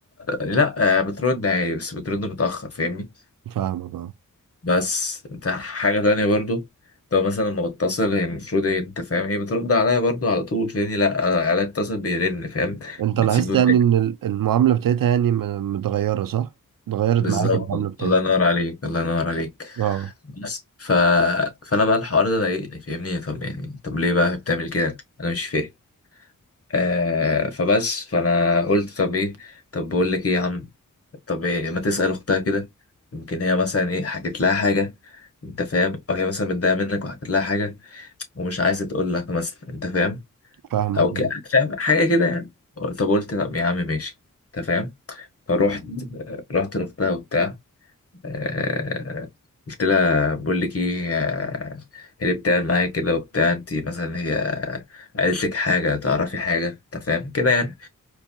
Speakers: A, on the left; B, on the right.
A: آه، لا، آه، بترد عادي بس بترد متأخر فاهمني
B: فاهمك اه
A: بس انت حاجة تانية برضو لو مثلا ما بتصل هي المفروض ايه انت فاهم ايه بترد عليا برضو على طول فاهمني لا انا اتصل بيرن فاهم
B: انت
A: بتسيبه
B: لاحظت
A: يرن.
B: يعني ان ال- المعاملة بتاعتها يعني م- متغيرة صح؟ اتغيرت
A: بالظبط
B: معاك المعاملة بتاعتها
A: الله ينور عليك الله ينور عليك
B: اه
A: بس ف... فانا بقى الحوار ده ضايقني فاهمني طب يعني طب ليه بقى بتعمل كده انا مش فاهم آه فبس فانا قلت طب ايه طب بقول لك ايه يا عم طب إيه ما تسأل اختها كده يمكن هي مثلا ايه حكت لها حاجة انت فاهم او هي مثلا متضايقة منك وحكت لها حاجة ومش عايزة تقول لك مثلا انت فاهم
B: فاهمك
A: او
B: آه.
A: ك... فاهم حاجة كده يعني طب قلت طب يا عم ماشي انت فاهم فروحت رحت لاختها وبتاع آه، قلت لها بقول لك ايه آه، إيه اللي بتعمل معايا كده وبتاع انت مثلا هي قالت لك حاجة تعرفي حاجة انت فاهم كده يعني